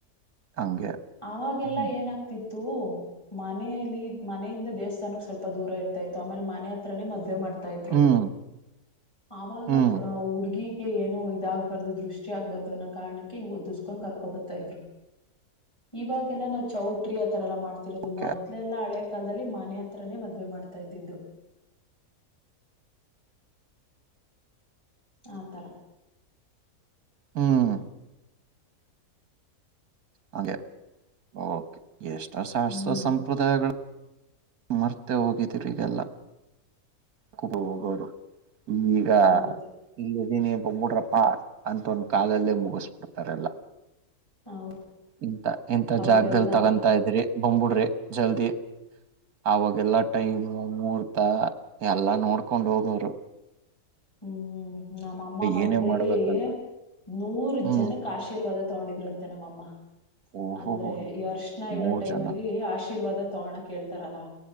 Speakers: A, on the right; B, on the left.
A: ಹಂಗೆ
B: ಆವಾಗೆಲ್ಲ
A: ಹ್ಮ್
B: ಏನಾಗ್ತಿತ್ತು ತೂ ಮನೆಯಲ್ಲಿ, ಮನೆಯಿಂದ ದೇವಸ್ಥಾನಕ್ಕೆ ಸ್ವಲ್ಪ ದೂರ ಇರ್ತ ಇತ್ತು. ಆಮೇಲೆ ಮನೆ ಹತ್ರನೇ ಮದುವೆ ಮಾಡ್ ಇದ್ರು
A: ಹ್ಮ್
B: ಆವಾಗ
A: ಹ್ಮ್
B: ಪ್ರಾ ಹುಡ್ಗಿ ಎ ಎನೊ ಇದಾಗಗ್ಬಾರ್ದು, ದೃಷ್ಟಿ ಆಗ್ಬಾರ್ದು. <unintelligible> ಕಾರಣಕ್ಕೆ ಹಿಂಗ್ ಒದಿಸ್ಕೊಂಡ್ ಕರ್ಕೊ ಬರ್ತಾ ಇದ್ರು, ಇವಾಗ? ಎಲ್ಲ ನಾವು ಚೌಟ್ರಿ ಆ ತರ ಎಲ್ಲ ಮಾಡ್ತಿರೋದು,
A: ಓಕೆ
B: ಮೊದ್ಲೆಲ್ಲ ಹಳೆ ಕಾಲದಲ್ಲಿ ಮನೆ ಹತ್ರನೆೇ ಮದ್ವೆ ಮಾಡ್ತ್ ತ ಇದ್ದಿದ್ದು. ಆ ತರ.
A: ಹ್ಮ್. ಹಾಗೆ, ಓಕೆ. ಎಷ್ಟ ಶಾಸ್ತ್ರ
B: ಹ್ಮ್
A: ಸಂಪ್ರದಾಯಗಳು ಮರ್ತೆ ಹೋಗಿದಿರಿ ಇದೆಲ್ಲ. <unintelligible> ಈಗ
B: ಹೌದು
A: ಇಲ್ಲಿ ದಿನಿ ಬಂಬುಡ್ರಪ್ಪ, ಅಂತ ಒಂದ್ ಕಾಲಲ್ಲೇ ಮುಗಿಸ್ಬಿಡ್ತಾರೆ ಎಲ್ಲ.
B: ಹೌ
A: ಇಂತ ಇಂತ
B: ಅವಾಗೆಲ್ಲಾ
A: ಜಾಗದಲ್ಲಿ ತಗೊತಾ ಇದ್ರಿ ಬಂಬುಡ್ರಿ ಜಲ್ದಿ. ಅವಾಗೆಲ್ಲಾ ಟೈಮ್ ಮೂರ್ತ ಎಲ್ಲಾ ನೋಡ್ಕೊಂಡ್ ಹೋಗವ್ರು.
B: ಹ್ಮ್ ನಮ್ಮಅಮ್ಮ ಮದ್ವೇಲಿ
A: ಏನೇ ಮಾಡ್ಬೇಕಂದ್ರು
B: ನೂರ್
A: ಹ್ಮ್
B: ಜನಕ್ ಆಶೀರ್ವಾದದ್ ತಗೊಂಡಿದ್ರಂತೆ ನಮ್ಮಮ್ಮ.
A: ಓಹೋ
B: ಅಂದ್ರೆ,
A: ಹೋ ಹೋ
B: ಈ ಅರ್ಶನ ಇಡೋ
A: ಮೂರ್
B: ಟೈಮ್
A: ಜನ
B: ಅಲ್ಲಿ ಆಶೀರ್ವಾದ ತಗೋಣಕ್ ಕೇಳ್ತಾರಲ್ಲ.